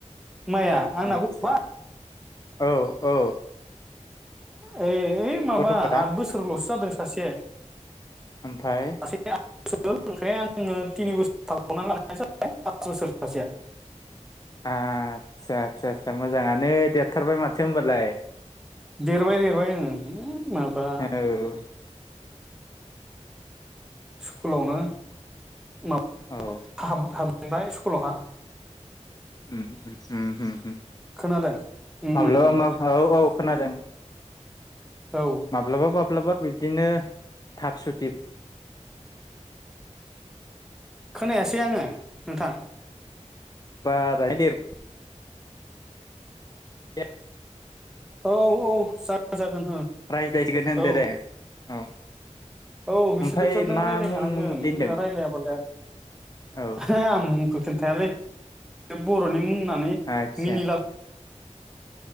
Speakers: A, in the centre; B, on the left.
A: माइया आंना
B: आदसा
A: गथा
B: औ -औ।
A: अ -ओ ओइ माबा
B: गथ'फोरा
A: आद बोसोरल'सो जादों सासे
B: ओमफ्राय
A: -सासेआ ओमफ्राय आङो थिनि बोसोर थबावना लानो जाबाय पास बोसोर सासेया।
B: आचसा -आचसा- आचसा मोजाङानो देरथारबाय माथो होनबालाय।
A: देरबाय- देरबाय अम माबा
B: औ
A: स्कुलावनो माब
B: औ
A: हाब- हाब जेनबाय स्कुलावहा।
B: अम-अम-अम-अम
A: खोनादों उम
B: माब्लाबा
A: उम उम
B: -माब्लाबा औ- औ खोनादों।
A: औ
B: माब्लाबा- माब्लाबा बिब्दिनो थाब सुथि
A: खोनायासै आङो नोंथां।
B: बारायै देरबो रायज्लायसिगोन
A: औ -औ जागोन -जागोन।
B: प्राइज दायसिगोन होनदो
A: ओं
B: दे औ।
A: औ बिसोरदोंथ'
B: ओमफ्राय
A: नों
B: मा
A: रायलाय
B: मुं
A: खानांगोन
B: मुं
A: नोङो
B: दोनदों
A: रायलाया बालाय आरो।
B: औ
A: हो आं मुंखौ खोनथायालै बे बर'नि मुं होननानै
B: आदसा
A: मिनिला